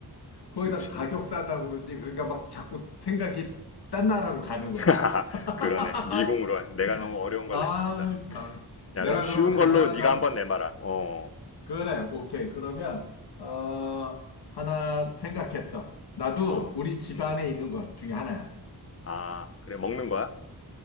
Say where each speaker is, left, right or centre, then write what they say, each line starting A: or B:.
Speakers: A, on the left; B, on the left.
A: 거기다
B: 그치.
A: 가격 싸다고 그러지. 그러니까 막 자꾸 생각이 딴 나라로 가는 거야.
B: <laughs>
A: <laughs>
B: 그러네. 미궁으로. 내가 너무 어려운 걸
A: 아,
B: 냈나 보다.
A: 참.
B: 야,
A: 내가
B: 그럼 쉬운
A: 그러면 간단한
B: 걸로 네가
A: 건,
B: 한번 내봐라. 어,
A: 그래, 오케이. 그러면, 어, 하나 생각했어. 나도
B: 어,
A: 우리 집안에
B: 음.
A: 있는 것 중에 하나야.
B: 아, 그래. 먹는 거야?